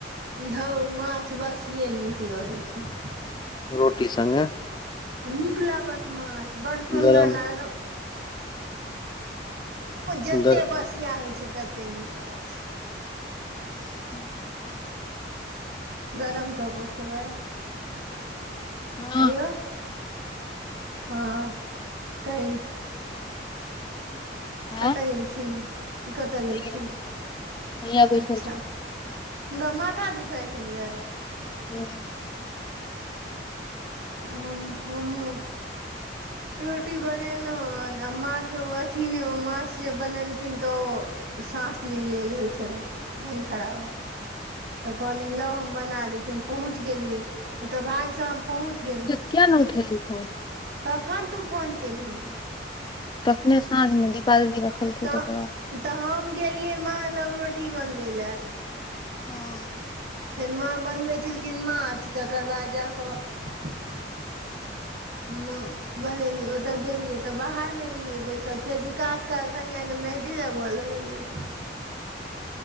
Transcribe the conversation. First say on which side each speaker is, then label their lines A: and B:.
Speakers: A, on the right (about 55°); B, on the left (about 25°).
A: धौर मांछ बसिए नीक लगै छै।
B: रोटी संगे।
A: आ नीक लागत मांछ, बड़ सुन्दर
B: गरम
A: लागत। रौ जेते
B: गर
A: बसिया होइ छै तते नीक लागै छै।
B: <inaudible>
A: गरम क क खेबैय?
B: हँ
A: कैहयौ? हँ कइ।
B: आँ
A: कतय गेलखिन, ई कतय गेलखिन?
B: हैया हैया बैसल
A: अच्छा। हुनका माथा दुखाय छैन गय।
B: <inaudible>
A: हम -हमहुँ रोटी बनेलहुँहन आ माँके ओ अथी नय ओ माछ जे बनेलखिनतऽ ओ साँस नय लेल होइ छलैन, मोन खराब तऽ कहलियैन हम बना दै छी, हम पहुँच गेलियै, ओतऽ भागसँ हम पहुँच गेल
B: क्या नय उठेली फोन?
A: कखन तू फोन केलहि?
B: तखने साँझमे दीपा दी रखलकै,
A: तऽ
B: तकर बाद।
A: तऽ हम गेलियै मां लग रोटी बनबै लय।
B: हुं-
A: फेर माँ बनबै छलखिन माछ, तकर बाद जा कऽ म- बनेलियै। ओत गेलियै तऽ बाहर मे रहियै बैसल फेर विकास क कनियाँ के मेह- दी लगब लगलियै त